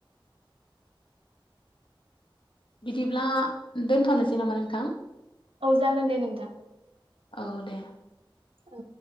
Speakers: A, on the left; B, on the right.
A: बिदिब्ला दोनथ'नोसै नामा नोंथां
B: औ जागोन दे नोंथां
A: औ दे
B: औ